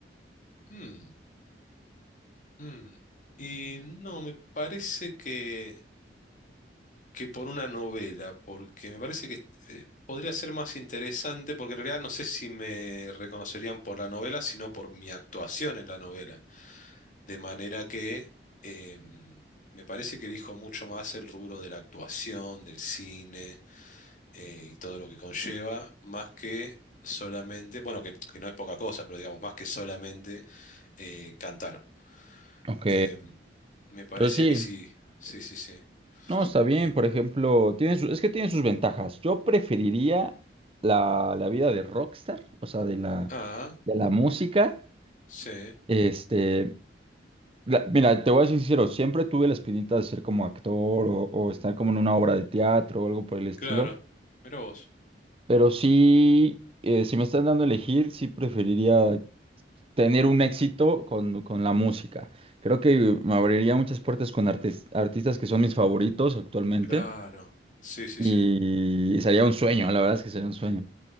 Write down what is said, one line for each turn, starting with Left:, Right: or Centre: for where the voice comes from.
Left: Mm, mm. Y no, me parece que, que por una novela, porque me parece que eh, podría ser más interesante, porque en realidad no sé si me reconocerían por la novela, sino por mi actuación en la novela. De manera que em, me parece que elijo mucho más el rubro de la actuación, del cine eh, y todo lo que conlleva, más que solamente, bueno, que, que no es poca cosa, pero digamos, más que solamente eh, cantar.
Right: Ok,
Left: Em, me parece
Right: yo sí.
Left: que sí, sí, sí, sí.
Right: No, está bien,
Left: Y-
Right: por ejemplo, tiene su- es que tiene sus ventajas. Yo preferiría la, la vida de rockstar, o sea, de la,
Left: ah,
Right: de la música.
Left: sí,
Right: Este, La- mira, te voy a ser sincero, siempre tuve la espinita de ser como actor o, o estar como en una obra de teatro o algo por el estilo,
Left: claro. Mira vos.
Right: pero sí, eh, si me están dando a elegir, sí preferiría tener un éxito con, con la música. Creo que me abriría muchas puertas con artes- artistas que son mis favoritos actualmente
Left: Claro, sí, sí,
Right: y
Left: sí.
Right: sería un sueño, la verdad es que sería un sueño.